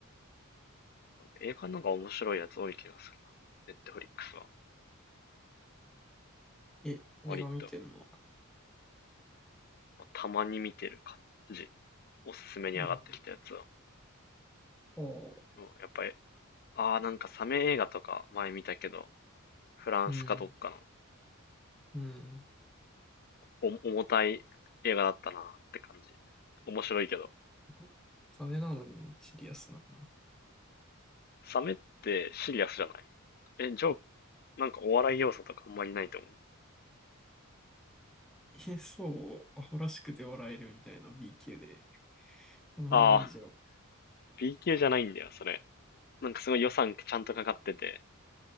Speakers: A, on the left; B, in the centre.
A: 映画の方が面白いやつ多い気がするな。ネットフリックスは。
B: え、映画見てんの
A: 割と、たまに見てる感じ。おすすめに上がってきたやつは。
B: ああそ
A: でもやっぱり、ああ、なんかサメ映画とか前見たけど、フランスかどっか
B: ううん。うん。
A: のお重たい映画だったなって感じ。面白いけど。
B: えそれなのにシリアスなの。
A: サメってシリアスじゃないえ、ジョーク、なんかお笑い要素とかあんまりないと思う。
B: え、そう、アホらしくて笑えるみたいな B 級で。そんなイメージな
A: ああ、B 級じゃないんだよ、それ。なんかすごい予算ちゃんとかかってて、